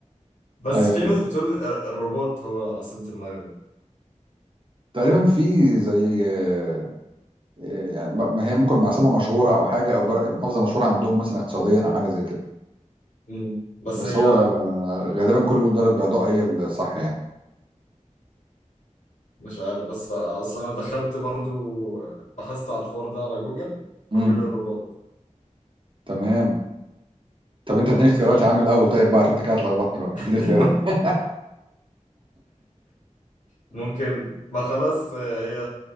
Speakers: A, on the left; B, on the right.
A: بس
B: ايوه
A: في
B: كده
A: ناس بتقول الر- الرباط هو عاصمة المغرب
B: تقريبا في زي آه، آه، يعني ب- ما هي ممكن عاصمه مشهوره او حاجه او بر- محافظه مشهوره عندهم مثلا اقتصاديا او حاجه زي كده
A: مم. بس
B: بس
A: هي
B: هو آه، غالبا كله بيقول دار البيضاء هي الصح يعني
A: مش عارف بس اصل انا دخلت برضو بحثت على الحوار ده على جوجل
B: امم
A: فبيقول لي الرباط
B: تمام طب انت
A: فمش
B: اديني اختيارات
A: عارف
B: يا عم الاول طيب بقى عشان انت كده هتلخبطني بقى
A: <laughs>
B: اديني اختيارات <laughs>
A: ممكن ما خلاص هي